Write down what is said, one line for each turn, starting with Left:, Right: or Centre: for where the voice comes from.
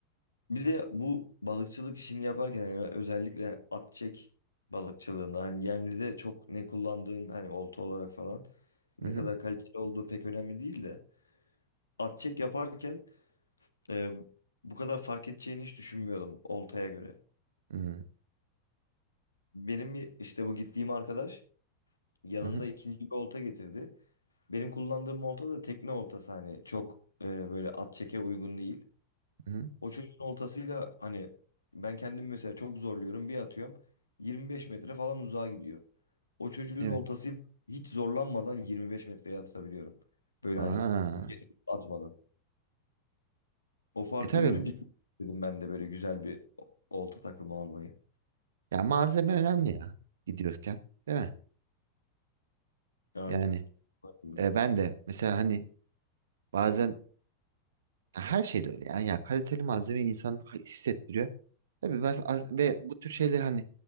Left: Bir de bu balıkçılık işini yaparken yani özellikle at çek balıkçılığında hani yemlide çok ne kullandığın hani olta olarak falan ne
Right: Hı hı.
Left: kadar kaliteli olduğu pek önemli değil de at çek yaparken e, bu kadar fark edeceğini hiç düşünmüyordum oltaya göre.
Right: Hı
Left: Benim bir işte bu gittiğim arkadaş yanında
Right: hı.
Left: ikinci bir olta getirdi. Benim kullandığım olta da tekne oltası hani çok e, böyle at çeke uygun değil.
Right: Hı hı.
Left: O çocuğun oltasıyla hani ben kendim mesela çok zorluyorum bir atıyorum 25 metre falan uzağa gidiyor. O çocuğun
Right: Evet.
Left: oltasıyla hiç zorlanmadan 25 metreye atabiliyorum. Böyle
Right: Aa.
Left: hani gelip atmadan. O farkı
Right: E tabii.
Left: görünce çok dedim ben de böyle güzel bir o- olta takımı almayı.
Right: Ya malzeme önemli ya gidiyorken değil mi?
Left: Aynen.
Right: Yani
Left: Aynen.
Right: E, ben de mesela hani bazen her şeyde öyle yani ya kaliteli malzeme insan ha- hissettiriyor. Tabii ben az- ve bu tür şeyleri hani